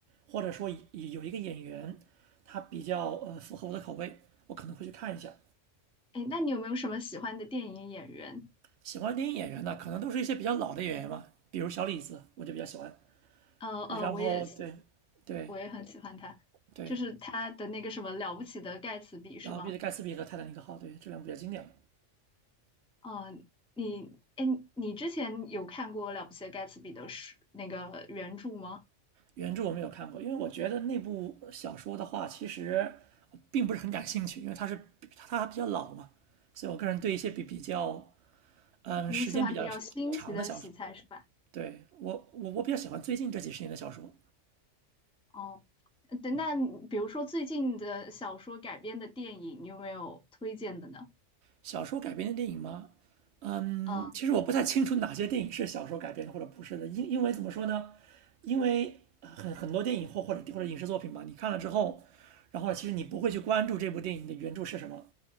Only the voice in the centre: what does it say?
哎，那你有没有什么喜欢的电影演员？
呃呃，
我也喜，
我也很喜欢他，
就是他的那个什么《了不起的盖茨比》是吗？
嗯，你，哎，你之前有看过《了不起的盖茨比》的书那个原著吗？
你喜欢比较新奇的题材是吧？
哦，呃对，那你比如说最近的小说改编的电影，你有没有推荐的呢？
嗯，